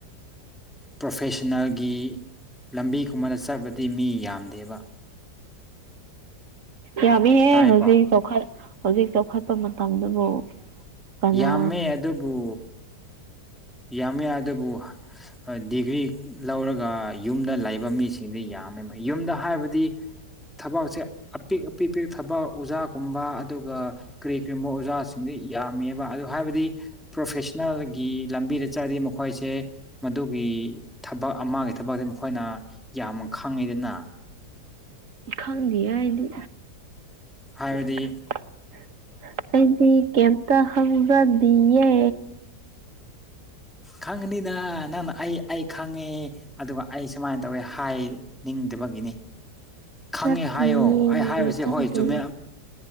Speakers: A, in the centre; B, on the right.
A: ꯄ꯭ꯔꯣꯐꯦꯁꯟꯅꯦꯜꯒꯤ ꯂꯝꯕꯤꯒꯨꯝꯕꯗ ꯆꯠꯄꯗꯤ ꯃꯤ ꯌꯥꯝꯗꯦꯕ꯫
B: ꯌꯥꯝꯃꯤꯍꯦ
A: ꯇꯥꯏꯀꯣ
B: ꯍꯧꯖꯤꯛ ꯆꯥꯎꯈꯠ ꯍꯧꯖꯤꯛ ꯆꯥꯎꯈꯠꯄ ꯃꯇꯝꯗꯨꯕꯨ꯫ ꯀꯅꯥ
A: ꯌꯥꯝꯃꯦ ꯑꯗꯨꯕꯨ ꯌꯥꯝ ꯑꯗꯨꯕꯨ ꯗꯤꯒ꯭ꯔꯤ ꯂꯧꯔꯒ ꯌꯨꯝꯗ ꯂꯩꯕ ꯃꯤꯁꯤꯡꯗ ꯌꯥꯝꯃꯦꯕ ꯌꯨꯝꯗ ꯍꯥꯏꯕꯗꯤ ꯊꯕꯛꯁꯦ ꯑꯄꯤꯛ ꯑꯄꯤꯛ ꯄ ꯊꯕꯛ ꯑꯣꯖꯥꯒꯨꯝꯕ ꯑꯗꯨꯒ ꯀꯔꯤ ꯀꯔꯤꯒꯨꯝꯕ ꯑꯣꯖꯥꯁꯤꯡꯗꯤ ꯌꯥꯝꯃꯦꯕ ꯑꯗ ꯍꯥꯏꯕꯗꯤ ꯄ꯭ꯔꯣꯐꯦꯁꯅꯦꯜꯒꯤ ꯂꯝꯕꯤꯗ ꯆꯠꯂꯗꯤ ꯃꯈꯣꯏꯁꯦ ꯃꯗꯨꯒꯤ ꯊꯕꯛ ꯑꯃꯒꯤꯥꯊꯕꯛꯁꯦ ꯃꯈꯣꯏꯅ ꯌꯥꯝ ꯃꯛ ꯈꯪꯉꯤꯗꯅꯥ
B: ꯈꯪꯗꯤꯑꯦ ꯑꯩ ꯗꯤ꯫
A: ꯍꯥꯏꯕꯗꯤ
B: <unintelligible> ꯑꯩꯗꯤ ꯀꯩꯑꯦꯝꯇ ꯍꯪ ꯐꯗꯤꯑꯦ
A: ꯈꯪꯅꯤꯗ ꯅꯪꯅ ꯑꯩ ꯑꯩ ꯈꯪꯉꯦ ꯑꯗꯨꯒ ꯑꯩ ꯁꯨꯃꯥꯏꯅ ꯇꯧꯋꯦ ꯍꯥꯏꯅꯤꯡ ꯇꯕꯒꯤꯅꯤ ꯈꯪꯉꯦ
B: ꯅꯠꯇꯤꯌꯦ
A: ꯍꯥꯏꯌꯣ ꯑꯩ ꯍꯥꯏꯔꯤꯕꯁꯦ
B: ꯈꯪꯗꯦ
A: ꯍꯣꯏ ꯆꯨꯝꯃꯦ